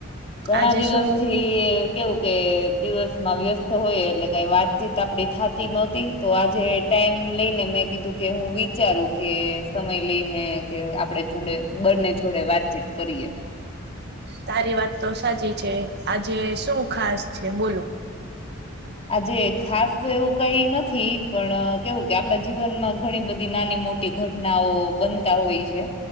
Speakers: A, on the left; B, on the right.
A: ઘણાં
B: આજે
A: દિવસથી
B: શું
A: એ કેવું કે દિવસમાં વ્યસ્ત હોય એટલે કંઈ વાતચીત આપળી થાતી નહોતી. તો આજે ટાઈમ લઈને મેં કીધું કે હું વિચારું કે સમય લઈને કે આપણે જોડે બંને જોડે વાતચીત કરીએ.
B: તારી વાત તો સાચી છે આજે શું ખાસ છે બોલો
A: આજે ખાસ તો એવું કઈ નથી પણ કેવું કે આપડા જીવન માં ઘણી બધી નાની મોટી ઘટનાઓ બનતા હોય છે.